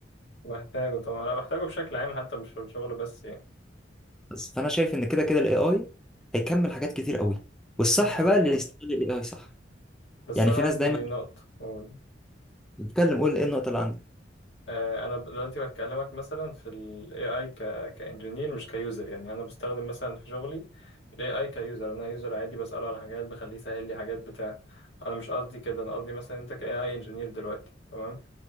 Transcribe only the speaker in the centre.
بس فانا شايف ان كده كده الاي اي هيكمل حاجات كتير قوي والصح
بقى اللي يستغل الاي اي صح
يعني
في
ناس دايما
بتتكلم قول ايه النقطه اللي عندك